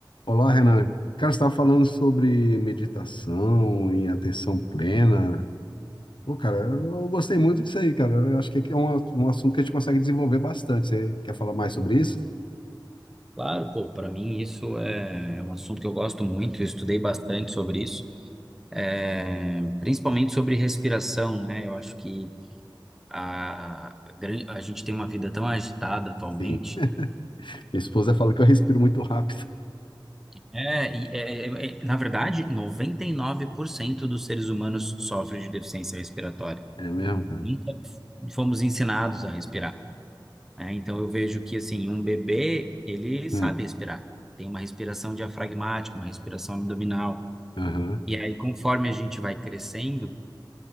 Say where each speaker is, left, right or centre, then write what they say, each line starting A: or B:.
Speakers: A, on the left (about 75°); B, in the centre.
A: Olá, Renan. Cara, você estava falando sobre meditação e atenção plena. Pô, cara, eu gostei muito disso aí, cara. Eu acho que é um, um assunto que a gente consegue desenvolver bastante. Você quer falar mais sobre isso?
B: Claro, pô, para mim isso é é um assunto que eu gosto muito, eu estudei bastante sobre isso, é, principalmente sobre respiração, né? Eu acho que a, a gran- a gente tem uma vida tão agitada atualmente.
A: Sim. <laughs> Minha esposa fala que eu respiro muito rápido.
B: É, e é, é, é- na verdade, 99% dos seres humanos sofrem de deficiência respiratória.
A: É mesmo, cara?
B: Nunca fomos ensinados a respirar, né? Então eu vejo que assim, um bebê, ele sabe
A: Hum,
B: respirar. Tem uma respiração diafragmática, uma respiração abdominal.
A: aham.
B: E aí, conforme a gente vai crescendo,